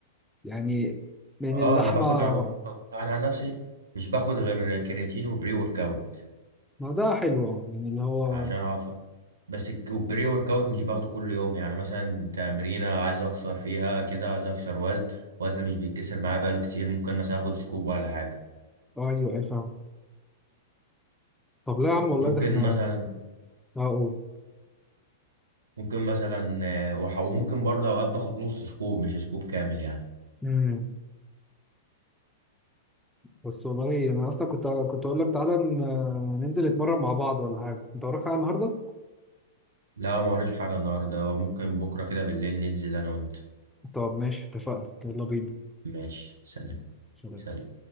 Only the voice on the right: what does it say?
اه
انا باخد انا أنا عن نفسي مش باخد غير كرياتين وبري ورك اوت
عشان اعرف بس الك- والبري ورك اوت مش باخده كل يوم يعني مثلا تمرينة عايز اكسر فيها كده عايز اكسر وزن وزن مش بيتكسر معايا بقاله كتير ممكن مثلا اخد سكوب ولا حاجة
ممكن
مثلا
ممكن مثلا آه، وح- وممكن برضه اوقات باخد نص سكوب مش سكوب كامل يعني
لا ما وريش حاجة النهاردة ممكن بكرة كده بالليل ننزل أنا وأنت
ماشي سلام
سلام